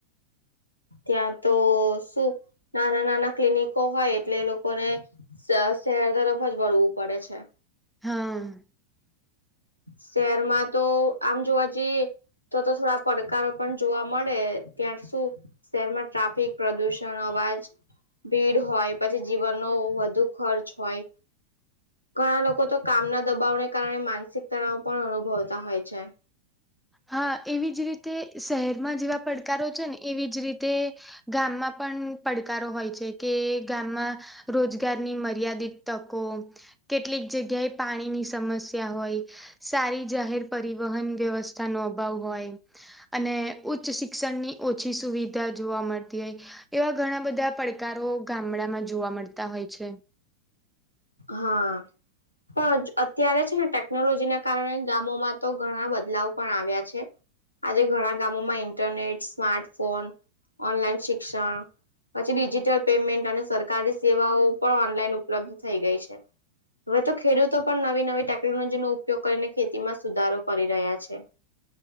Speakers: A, on the left; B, in the centre.
A: ત્યાં તો શું નાના-નાના ક્લિનિકો હોય, એટલે એ લોકોને શહેર તરફ જ વળવું પડે છે.
B: હા.
A: શહેરમાં તો આમ જોવા જઈએ. તો તો થોડા પડકારો પણ જોવા મળે, ત્યાં શું? શહેરમાં ટ્રાફિક પ્રદુષણ, અવાજ. ભીડ હોય, પછી જીવનનો વધુ ખર્ચ હોય, ઘણા લોકો તો કામના દબાવને કારણે માનસિક તણાવ પણ અનુભવતા હોય છે.
B: હા, એવી જ રીતે શહેરમાં જેવા પડકારો છે ને, એવી જ રીતે. ગામમાં પણ પડકારો હોય છે કે ગામમાં રોજગારની મર્યાદિત તકો કેટલીક જગ્યાએ પાણી સમસ્યા હોય સારી જાહેર પરિવહન વ્યવસ્થા નો અભાવ હોય અને ઉચ્ચ શિક્ષણની ઓછી સુવિધા જોવા મળતી હોય. એવા ઘણા બધા પડકારો ગામડામાં જોવા મળતા હોય છે.
A: હા. હા અત્યારે છે ને ટેકનોલોજીના કારણે ગામોમાં તો ઘણા બદલાવ પણ આવ્યા છે. આજે ઘણા ગામોમાં ઇન્ટરનેટ સ્માર્ટફોન ઓનલાઈન શિક્ષણ પછી ડિજિટલ પેમેન્ટ અને સરકારી સેવાઓ પણ ઓનલાઈન ઉપલબ્ધ થઈ ગઈ છે. હવે તો ખેડૂતો પણ નવી નવી ટેકનોલોજીનો ઉપયોગ કરીને ખેતીમાં સુધારો કરી રહ્યા છે.